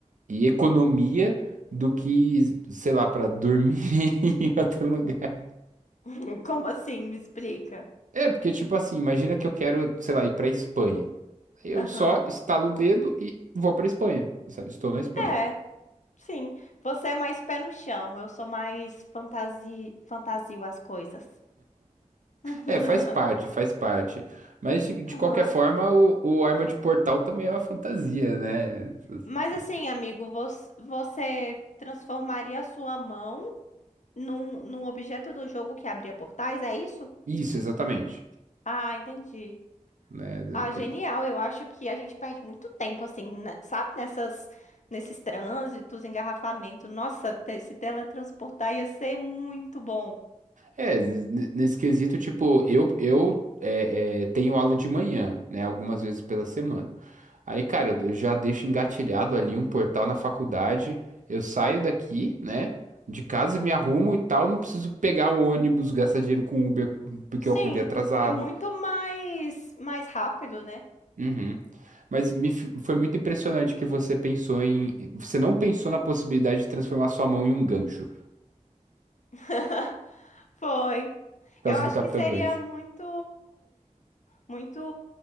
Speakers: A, on the right; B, on the left.
A: e economia do que, sei lá, para dormir <laughs> em outro lugar.
B: <laughs> Como assim? Me explica.
A: É, porque tipo assim, imagina que eu quero, sei lá, ir para Espanha. Eu
B: Aham.
A: só estalo o dedo e vou para Espanha, sabe? Estou na Espanha.
B: É. Sim, você é mais pé no chão, eu sou mais fantasi... fantasio as coisas. <laughs>
A: É, faz parte, faz parte. Mas de, de
B: Aham.
A: qualquer forma, o, o arma de portal também é uma fantasia, né? Essas-
B: Mas
A: essas
B: assim,
A: coisas.
B: amigo, você, você transformaria a sua mão num, num objeto do jogo que abria portais, é isso?
A: Isso, exatamente.
B: Ah, entendi.
A: Né?
B: Ah, genial.
A: Tem...
B: Eu acho que a gente perde muito tempo, assim, né, sabe? Nessas, nesses trânsitos, engarrafamento. Nossa, te- se teletransportar ia ser muito bom.
A: É, n- nesse quesito, tipo, eu, eu é, é, tenho aula de manhã, né? Algumas vezes pela semana. Aí, cara, eu já deixo engatilhado ali um portal na faculdade. Eu saio daqui, né? De casa, me arrumo e tal. Não preciso pegar o ônibus, gastar dinheiro com Uber porque
B: Sim,
A: eu acordei atrasado.
B: e muito mais, mais rápido, né?
A: Uhum. Mas me, f- foi muito impressionante que você pensou em. Você não pensou na possibilidade de transformar sua mão em um gancho, por
B: <laughs> Foi.
A: causa
B: Eu acho
A: do Capitão
B: que seria
A: Gancho.
B: muito, muito,